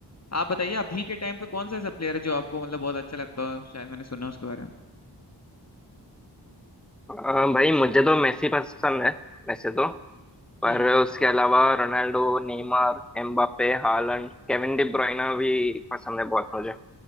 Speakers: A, on the left; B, in the centre.
A: आप बताइए अभी के टाइम पे कौन सा ऐसा प्लेयर है जो आपको मतलब बहुत अच्छा लगता हो शायद मैंने सुना उसके बारे में
B: अ, भाई मुझे तो मेसी पसंद है वैसे तो पर
A: हम्म।
B: उसके अलावा Ronaldo Neymar Mbappe Haaland Kevin De Bruyne भी पसंद है बहुत मुझे